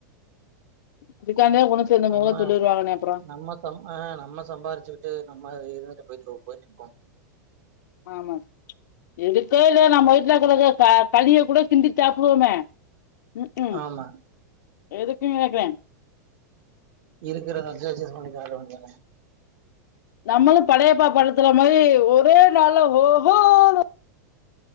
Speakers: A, on the left; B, on the right.
A: இதுக்காண்டே ஒன்னு சேர்ந்திங்கனே
B: நம்ம
A: சொல்லிருவாங்கன்னே அப்புறோ
B: நம்ம ஆ நம்ம சம்பாதிச்சுக்குட்டு நம்ம இருந்துட்டு போயிட்டு போயிட்டுருப்போ
A: ஆமா இருக்கோ இல்லையோ நம்ம வீட்ல இருக்க க களிய கூட கிண்டி சாப்டுவோமே ம் ம்
B: ஆமா
A: எதுக்கு கேக்றே
B: இருக்குறத வெச்சு அட்ஜஸ் பண்ணி சாப்ட வேண்டியதா
A: நம்மளு படையப்பா படத்துல மாரி ஒரே நாளே ஓஹோனு